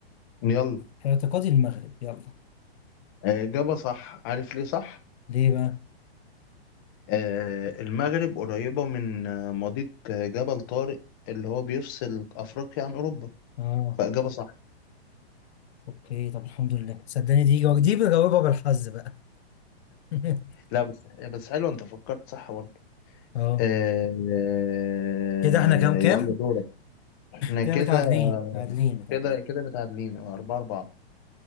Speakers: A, on the left (about 20°); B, on the left (about 80°).
A: يلا
B: في اعتقادي المغرب يلا
A: آه، اجابه صح عارف ليه صح
B: ليه بقى؟
A: آه، المغرب قريبة من آه، مضيق آه، جبل طارق اللي هو بيفصل أفريقيا عن أوروبا
B: اه
A: فإجابة صح
B: اوكي طب الحمد لله صدقني دي جو- دي بجاوبها بالحظ بقى <laughs>
A: لا بس بس حلو أنت فكرت صح برضه
B: اه
A: آه، آه،
B: كده احنا كام
A: يلا
B: كام
A: دورك احنا
B: كده
A: كده
B: متعادلين متعادلين متعادلين
A: كده كده متعادلين آه، أربعة أربعة